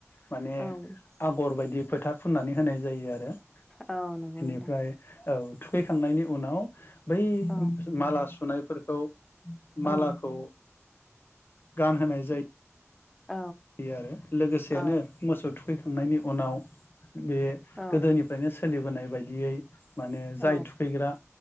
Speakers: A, on the left; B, in the centre.
A: माने
B: औ
A: आगर बायदि फोथा फुननानै होनाय जायो आरो।
B: औ नंगौ
A: बेनिफ्राय
B: नोंथां
A: औ थुखैखांनायनि उनाव बै
B: औ
A: माला सुनाय फोरखौ
B: औ
A: मालाखौ गानहोनाय जायो
B: औ
A: बेयो आरो लोगोसेयैनो
B: औ
A: मोसौ थुखैखां नायनि उनाव बे
B: औ
A: गोदोनिफ्रायनो सो सोलिबोनाय बायदियै माने
B: औ
A: जाय थुखैग्रा